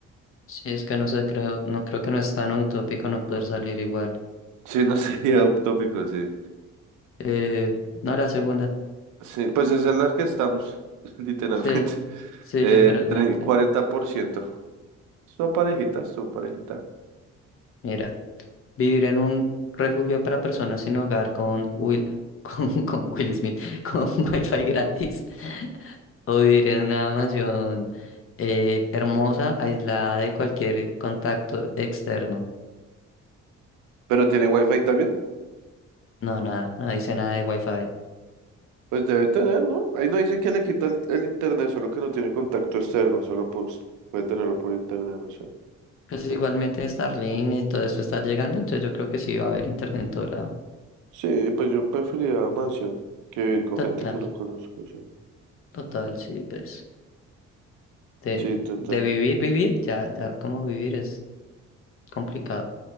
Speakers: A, on the left; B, on the right.
A: Sí, es que no sé, creo, no creo que no es tan utópico no poder salir igual.
B: Sí, <laughs> no sería utópico, sí.
A: Eh, no, la segunda.
B: Sí, pues esa es la que estamos, <laughs> literalmente.
A: Sí, sí,
B: Eh,
A: literalmente.
B: tre- cuarenta por ciento Su parejita, su parejita.
A: Mira, vivir en un refugio para personas sin hogar con Will, <laughs> con, con Will Smith, con <laughs> Wi-Fi gratis o vivir en una mansión eh, hermosa, aislada de cualquier contacto externo.
B: ¿Pero tiene wifi también?
A: No, nada, no dice nada de Wi-Fi.
B: Pues debe tener, ¿no? Ahí no dice que le quita el, el internet, solo que no tiene contacto externo, solo por, puede tenerlo por internet, no sé.
A: Pues
B: Pues,
A: igualmente Starlink y todo esto está llegando, entonces yo creo que sí va a haber internet en todo lado.
B: sí, pues yo preferiría mansión que vivir con
A: Total,
B: gente que no conozco, sí.
A: total, sí, pues. De,
B: Sí, total.
A: de vivir, vivir, ya, ya como vivir es complicado.